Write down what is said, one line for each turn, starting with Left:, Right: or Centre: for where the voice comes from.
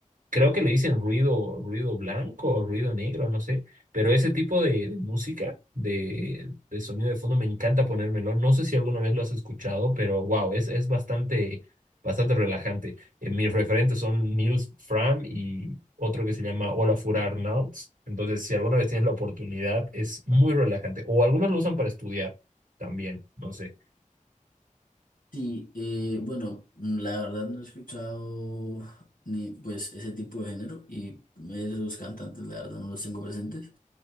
Right: creo que le dicen ruido, ruido blanco o ruido negro, no sé, pero ese tipo de, de música, de, de sonido de fondo, me encanta ponérmelo. No sé si alguna vez lo has escuchado, pero wow, es, es bastante, bastante relajante. Eh, mis referentes son Niels Fram y otro que se llama Olafur Arnalds. Entonces, si alguna vez tienes la oportunidad, es muy relajante. O algunos lo usan para estudiar también, no sé.
Left: Sí, eh, bueno, mm, la verdad no he escuchado ni pues ese tipo de género y esos cantantes la verdad no los tengo presentes.